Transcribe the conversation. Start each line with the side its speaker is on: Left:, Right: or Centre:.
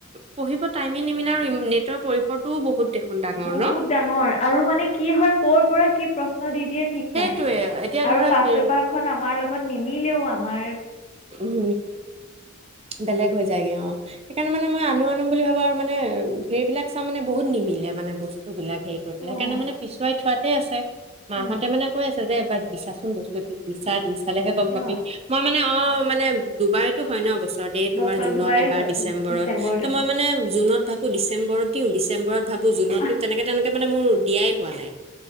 Right: পঢ়িব টাইমে নিমিলে আৰু নেটৰ পৰিসৰটোও বহু হুত দেখোন ডাঙৰ
Left: বহুত
Right: ন
Left: ডাঙৰ আৰু মানে কি হয় ক'ৰ পৰা কি প্ৰশ্ন দি দিয়ে ঠিক
Right: সেইটোৱে
Left: নাই
Right: এতিয়া
Left: আৰু
Right: ধৰা
Left: ফাৰ্ষ্ট
Right: কি
Left: পেপাৰখন আমাৰ লগত নিমিলেও আমাৰ
Right: উম্ বেলেগ হৈ যায়গে অ সেইকাৰণে মানে মই আনো আ নো বুলি ভাবো আৰু মানে সেইবিলাক চাই মানে বহুত নিমিলে মানে বস্তুবিলাক হেৰি কৰি
Left: অ',
Right: পেলাই সেইকাৰণে মানে পিছুৱাই থোৱাতে আছে মা
Left: উম।
Right: হঁতে মানে কৈ আছে যে এবাৰ দি চাছো ন দিছা দিচ চালেহে গম
Left: অ',
Right: পাবি মই মানে অ মানে দুবাৰেতো হয় ন বস্তু এ তোমাৰ
Left: বছৰত
Right: জুনত
Left: দুবাৰেই
Right: এবাৰ
Left: হয়
Right: ডিচম্বৰত
Left: ডিচেম্বৰত
Right: ত
Left: এবাৰ।
Right: মই মানে জুনত ভাবো ডিচেম্বৰত দিওঁ ডিচেম্ব ডিচেম্বত ভাবো জুনত
Left: আহ,
Right: দিওঁ তেনেকে তেনেকে মানে মোৰ দিয়াই হোৱা নাই